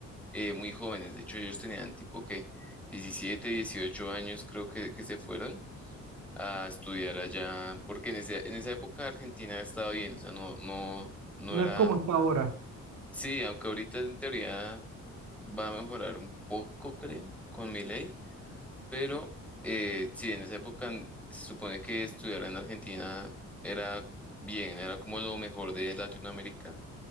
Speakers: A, in the centre; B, on the right.
A: eh, muy jóvenes. De hecho, ellos tenían tipo que 17 18 años creo que, que se fueron a estudiar allá, porque en ese- en esa época Argentina estaba bien, o sea, no, no, no
B: No
A: era,
B: es como está ahora.
A: sí, aunque ahorita en teoría va a mejorar un poco, creo, con mi ley pero eh, sí, en esa época n- se supone que estudiar en Argentina era bien, era como lo mejor de Latinoamérica.